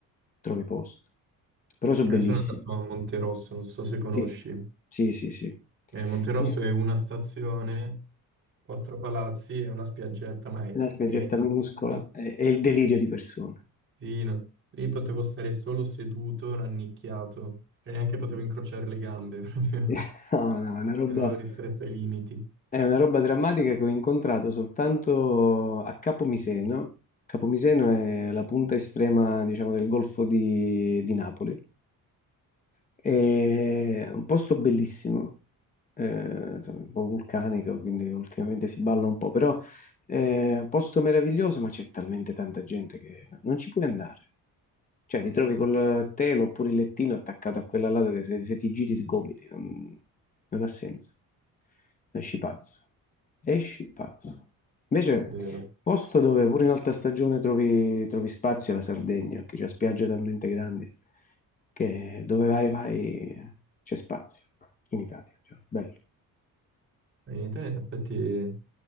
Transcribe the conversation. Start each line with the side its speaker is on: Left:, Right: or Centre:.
Left: trovi posto. Però sono
Right: Eh,
Left: bellissimi.
Right: sono andato a Monterosso, non so se conosci.
Left: Sì,
Right: Eh,
Left: sì, sì, sì.
Right: Monterosso
Left: Sì.
Right: è una stazione, quattro palazzi e una spiaggetta, ma è
Left: una spiaggetta
Right: piena.
Left: minuscola,
Right: Sì,
Left: è, è il delirio di persone.
Right: Sì, no. Lì potevo stare solo seduto, rannicchiato, e neanche potevo incrociare le gambe, <laughs> proprio.
Left: <laughs> No, no, è una roba,
Right: Ero ristretto ai limiti.
Left: è una roba drammatica che ho incontrato soltanto a Capomiseno. Capomiseno è la punta estrema, diciamo, del Golfo di, di Napoli. È un posto bellissimo, eh, insomma, un po' vulcanico, quindi ultimamente si balla un po', però Eh, posto meraviglioso, ma c'è talmente tanta gente che no, non ci puoi andare. Cioè, ti trovi col telo oppure il lettino attaccato a quella lato che se, se ti giri sgomiti, non, non ha senso. Esci pazzo. Esci pazzo. Invece,
Right: Vero.
Left: posto dove pure in alta stagione trovi, trovi spazi è la Sardegna, che c'è spiagge talmente grandi che dove vai, vai, c'è spazio in Italia. cioè, bello.
Right: Eh, In Italia, in effetti,